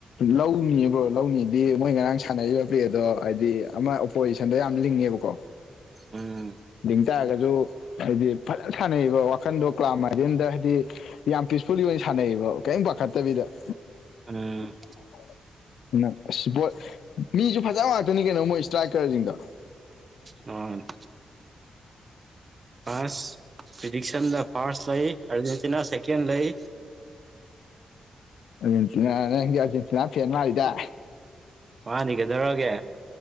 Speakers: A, on the left; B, on the right.
A: ꯂꯧꯅꯤ ꯕ꯭ꯔꯣ ꯂꯧꯅꯤꯗꯤ ꯃꯣꯏ ꯉꯔꯥꯡ ꯁꯥꯟꯅꯔꯤꯕ ꯄꯂ‌ꯦꯗ‌ꯣ ꯍꯥꯏꯗꯤ ꯑꯃꯥ ꯄꯣꯖꯤꯁꯟꯗꯣ ꯌꯥꯝ ꯂꯤꯡꯉꯦꯕꯀꯣ
B: ꯎꯝ
A: ꯗꯤꯡ ꯇꯥꯔꯒꯖꯨ ꯍꯥꯏꯗꯤ ꯐꯖꯟ ꯁꯥꯟꯅꯩꯌ‌ꯦꯒꯣ ꯋꯥꯈꯟꯗꯣ ꯀ꯭ꯂꯥ ꯃꯥꯏꯗꯦꯟꯗ ꯍꯥꯏꯗꯤ ꯌꯥꯝ ꯄꯤꯁꯐꯨꯜꯂꯤ ꯑꯣꯏ ꯁꯥꯟꯅꯩꯌꯦꯕ ꯀꯩꯝ ꯄꯥꯈꯠꯇꯕꯤꯗ
B: ꯎꯝ
A: <inaudible> ꯅꯥ ꯑꯁ ꯕꯣꯠ ꯃꯤꯖꯨ ꯐꯖꯕ ꯉꯥꯛꯇꯅꯤ ꯀꯩꯅꯣ ꯃꯣꯏ ꯏꯁꯇ꯭ꯔꯥꯏꯀꯔꯖꯤꯡꯗ‌ꯣ
B: ꯎꯝ ꯑꯁ ꯄ꯭ꯔꯤꯗꯤꯛꯁꯟꯗ ꯐꯥꯔꯁ ꯂꯩ ꯑꯥꯔꯖꯦꯟꯇꯤꯅ ꯁꯦꯀꯦꯟ ꯂꯩ
A: ꯑ‍꯭ꯔꯖ‌ꯦꯟꯇꯤꯅ ꯅꯪꯗꯤ ꯑ‍꯭ꯔꯖ‌ꯦꯟꯇꯤꯅ ꯐ‌ꯦꯟ ꯃꯥꯜꯂꯤꯗ
B: ꯃꯥꯅꯤ ꯀꯩꯗꯧꯔꯒꯦ